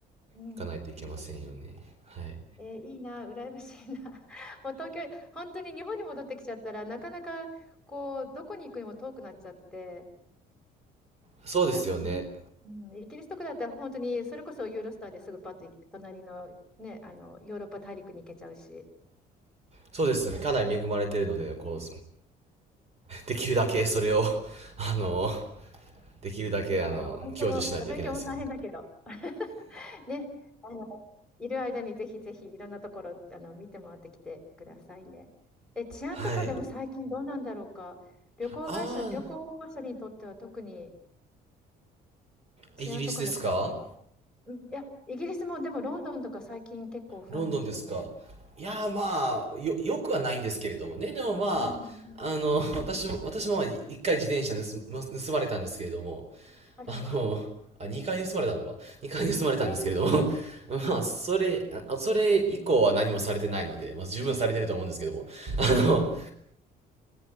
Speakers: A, in the centre; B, on the right.
A: うん、
B: 行かないといけませんよね。
A: ぜひぜひ。
B: はい。
A: えーいいな、羨ましいな。<laughs> もう東京、本当に日本に戻ってきちゃったらなかなかこうどこに行くにも遠くなっちゃって、
B: そうですよね。
A: あのイギ、うんイギリスとかだったら本当にそれこそユーロスターですぐパッと行け隣の、ね、あのヨーロッパ大陸に行けちゃうし、
B: そうですよね。かなり恵まれてるので、こう、できるだけ <laughs> それを、あの、できるだけ、
A: ね、
B: あの、
A: あのお勉強も、
B: 享受しないといけないですよね。
A: お勉強も大変だけど、<laughs> ね、あのいる間にぜひぜひいろんなところあの見て回ってきてくださいね。え、治安とかでも最近どうなんだろうか。
B: はい。
A: 旅行会社、
B: ああ、
A: 旅行者にとっては特に。治安とかの不安とか。
B: イギリスですか
A: うん、いや、イギリスもでもロンドンとか最近結構不安ですよね。
B: ロンドンですかいやーまあ、よ、よくはないんですけれどもね。でもまあ、
A: うん。
B: あの、私も、私もまあい一回自転車盗ま、盗まれたんですけれども、
A: あらまあ。
B: あの、あ、2回盗まれたのか。2回盗まれたんですけれども、
A: えー、
B: <laughs>
A: うん。
B: まあ、それ、あ、それ以降は何もされてないので、まあ、十分されてると思うんですけども、あの、